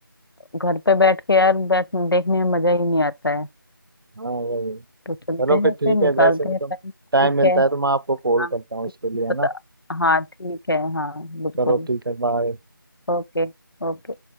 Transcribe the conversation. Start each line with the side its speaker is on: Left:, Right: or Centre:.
Left: घर पे बैठ के यार बैठ देखने में मजा ही नहीं आता है
Right: हाँ वही
Left: तो चलते
Right: चलो फिर
Left: हैं
Right: ठीक
Left: फिर निकालते
Right: है जैसे
Left: हैं
Right: मतलब
Left: टाइम ठीक
Right: टाइम मिलता
Left: है
Right: है तो मैं आपको कॉल
Left: हाँ
Right: करता हूँ उसके लिए है
Left: पता
Right: ना
Left: हाँ ठीक है हाँ बिल्कुल
Right: चलो ठीक है बाय
Left: ओके ओके